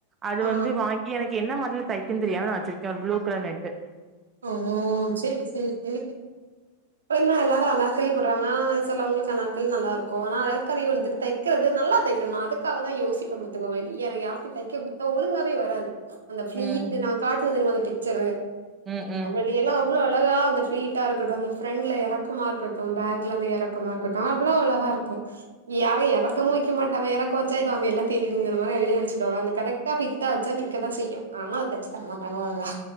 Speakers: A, on the right; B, on the right.
A: அது
B: ஆ
A: வந்து வாங்கி எனக்கு என்ன மாதிரில தைக்கனுனு தெரியாம நா வச்சிருக்கே ஒரு ப்ளூ கலர் நெட்டு
B: ஓ சரி சரி சரி
A: <inaudible>
B: இப்ப என்ன எல்லாரு அனார்கலி போடுறாங்க ஆனா சிலவங்களுக்கு அனார்கலி நல்லாருக்கும் ஆனா அனார்கலி வந்துட்டு தை தைக்கிறது நல்லா தைக்கணு நா அதுக்காக தா யோசிப்பே பாத்துகோ வெளிய எனக்கு யார்ட்ட தைக்க கொடுத்த ஒழுங்காவே வராது அந்த பிளீட்
A: ம்
B: நா காட்டுவே தெரியுமா அந்த பிக்சரு
A: ம் ம்
B: முன்ன எல்லா அவ்ளோ அழகா அந்த ஃபிளீட்டா இருக்கட்டு அந்த ஃபிராண்ட்ல எறக்கமா இருக்கட்டு பேக்ல அந்த எறக் க்கமா இருக்கட்டு அவ்ளோ அழகா இருக்கு இங்க யாரு எறக்கமு வைக்க மாட்டாவ எறக்கொ வெச்சா ஏதோ அங்க எல்லா தெரியுதுங்கிற மாரி ஆயிடு நெனச்சிடுவாங்க அந்த கரெக் ட்டா ஃபிட்டா வெச்சா நிக்கதா செய்யு ஆனா அத தச்சு தரமாட்டாங்க ஒழுங்கா